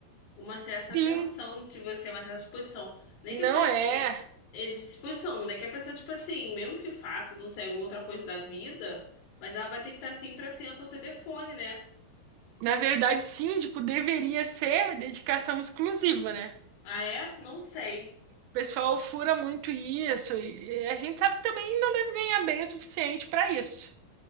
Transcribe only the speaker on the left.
uma certa
atenção de você, uma certa disposição. Nem
que a pe...
existe disposição, né, que a pessoa, tipo assim, mesmo que faça, não sei, alguma outra coisa da vida, mas ela vai ter que estar sempre atenta ao telefone, né?
Ah, é? Não sei.